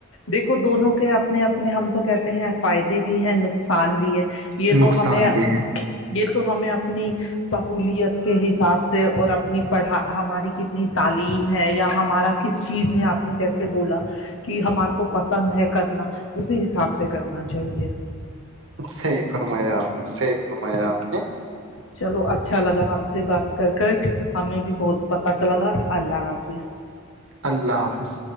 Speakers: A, on the left; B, on the right.
A: دیکھو دونوں کے اپنے اپنے ہم تو کہتے ہیں فائدے بھی ہیں نقصان بھی ہے یہ تو
B: نقصان
A: ہمیں
B: بھی ہے
A: یہ تو ہمیں اپنی سہولیت کے حساب سے اور اپنی پڑھا ہماری کتنی تعلیم ہے یا ہمارا کس چیز میں اپ نے جیسے بولا کہ ہمار کو پسند ہے کرنا اسی حساب سے کرنا چاہیے
B: صحیح فرمایا اپ نے صحیح فرمایا اپ نے
A: چلو اچھا لگا اپ سے بات کر کر ہمیں بھی بہت پتا چلا اللہ حافظ
B: اللہ حافظ